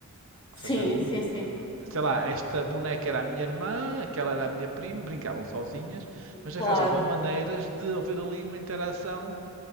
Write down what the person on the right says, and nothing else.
Ou seja, n-
eh, sei lá, esta boneca era a minha irmã, aquela era a minha prima, brincavam sozinhas, mas
arranjavam maneiras de haver ali uma interação.